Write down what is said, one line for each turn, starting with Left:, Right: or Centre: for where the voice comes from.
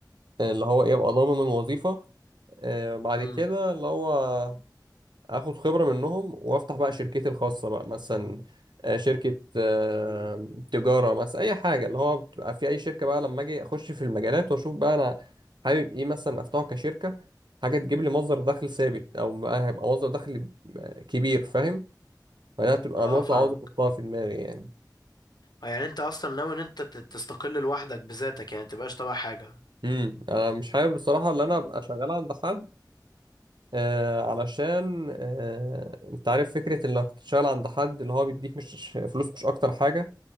Right: اللي هو ايه ابقى ضامن وظيفه آه، بعد
Left: امم
Right: كده اللي هو اخد خبره منهم وافتح بقى شركتي الخاصه بقى مثلا آه، شركه آه، تجاره مثلا اي حاجه اللي هو بتبقى في اي شركه بقى لما اجي اخش في المجالات واشوف بقى انا حابب ايه مثلا افتحه كشركه حاجه تجيب لي مصدر دخل ثابت او بقى هيبقى مصدر دخل آه، كبير فاهم فده هتبقى
Left: اه
Right: نقطه
Left: فاهمك
Right: عاوز احطها في دماغي يعني
Left: آه، يعني انت اصلا ناوي ان انت ت- تستقل لوحدك بذاتك يعني متبقاش تبع حاجة
Right: امم انا مش حابب بصراحه ان انا ابقى شغال عند حد آه علشان آه انت عارف فكره انك تشتغل عند حد اللي هو بيديك مش فلوس مش اكتر حاجه